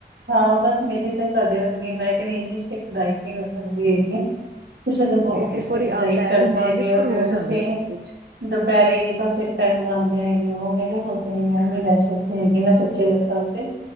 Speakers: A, on the right; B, on the right.
A: ਹਾਂ ਬਸ ਮੇਰੀ ਤੇ ਤੁਹਾਡੇ ਵਰਗੀ, ਮੈਂ ਕਹਿੰਦੀ ਇੰਨੀ ਸਟ੍ਰਿਕਟ ਡਾਇਟ ਨਹੀਂ ਹੋ ਸਕਦੀ ਹੈਗੀ। ਤੁਸੀ ਤੇ ਬਹੁਤ ਹੀ
B: ਇੱਕ
A: ਸਟ੍ਰਿਕਟ
B: ਵਾਰੀ ਆਉਂਦਾ
A: ਡਾਇਟ ਕਰਦੇ
B: ਹੈ ਦਿਮਾਗ
A: ਹੈਗੇ
B: ਵਿੱਚ
A: ਓ
B: ਪਰ
A: । ਜਿਵੇਂ
B: ਹੋ
A: ਤੁਸੀਂ
B: ਜਾਂਦਾ ਸਭ ਕੁਛ
A: ਦੁਪਹਿਰੇ ਬਸ ਇੱਕ ਟਾਈਮ ਆਉਂ ਹੈਗੀ, ਉਹ ਮੇਰੇ ਕੋਲ ਤੇ ਨੀ, ਮੈਂ ਨੀ
B: ਹਾਂ
A: ਲੈ ਸਕਦੀ ਹੈਗੀ। ਮੈਂ ਸੱਚੀ ਦੱਸਾਂ ਤੇ,